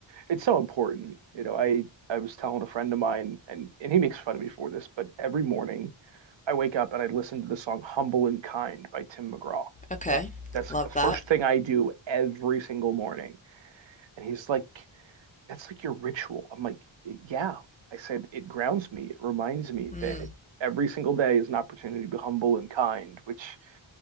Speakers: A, on the right (about 65°); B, on the left (about 20°).
A: it's so important. You know, I I was telling a friend of mine, and and he makes fun of me for this, but every morning I wake up and I listen to the song "Humble and Kind" by Tim McGraw.
B: Okay.
A: Like that's
B: Love
A: like the first
B: that.
A: thing I do every single morning. And he's like, that's like your ritual. I'm like, yeah. I said, it grounds me. It reminds me
B: Mm,
A: that every single day is an opportunity to be humble and kind, which